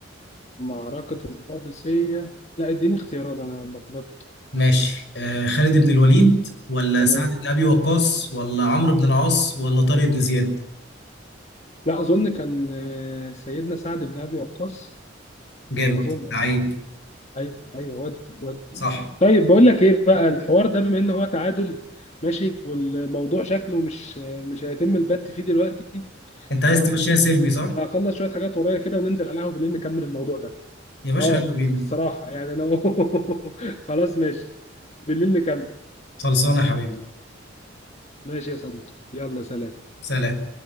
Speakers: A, on the left (about 35°); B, on the left (about 60°).
A: معركه القادسيه لا اديني اختيارات انا لخبطت
B: ماشي أه، خالد بن الوليد ولا
A: تمام
B: سعد بن ابي وقاص ولا عمرو بن العاص ولا طارق بن زياد
A: لا اظن كان آه، سيدنا سعد بن ابي وقاص
B: جامد
A: اظن
B: لعيب
A: ايوه ايوه ودي ودي
B: صح
A: طيب بقول لك ايه بقى الحوار ده بما ان هو تعادل ماشي والموضوع شكله مش مش هيتم البت فيه دلوقتي
B: انت عايز
A: انا
B: تبقى شيء سلمي صح
A: هخلص شويه حاجات ورايا كده وننزل على القهوه بالليل نكمل الموضوع ده
B: يا باشا
A: اه
B: يلا بينا
A: الصراحه يعني انا <laughs> خلاص ماشي بالليل نكمل
B: خلصانه يا حبيبي
A: ماشي يا صديقي يلا سلام
B: سلام